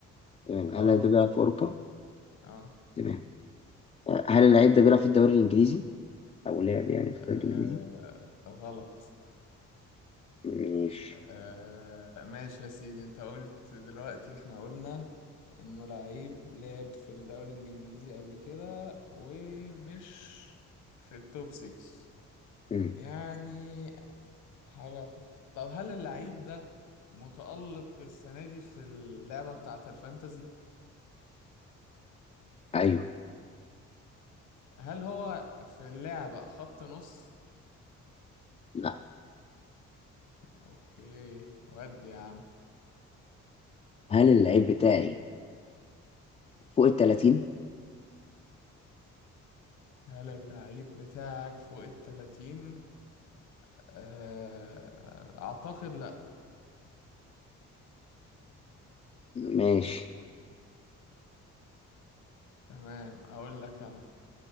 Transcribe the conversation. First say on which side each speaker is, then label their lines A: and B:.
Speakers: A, on the left; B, on the left.
A: تمام هل
B: اه
A: اللعيب ده بيلعب في أوروبا؟
B: اه
A: تمام هل اللعيب ده بيلعب في الدوري الإنجليزي؟ أو لعب يعني
B: آه،
A: في الدوري الإنجليزي؟
B: غلط
A: ماشي
B: آه ماشي يا سيدي انت قلت دلوقتي احنا قلنا انه لعيب لعب في الدوري الانجليزي قبل كده ومش في التوب 6
A: مم.
B: يعني حاجة ف... طب هل اللعيب ده متألق السنة دي في اللعبة بتاعة الفانتزي
A: أيوه
B: هل هو في اللعبة خط نص
A: لأ
B: اوكي ودي يا عم
A: هل اللعيب بتاعي فوق ال 30؟
B: هل اللعيب بتاعك فوق التلاتين آه، اعتقد لا
A: ماشي
B: تمام اقول لك انا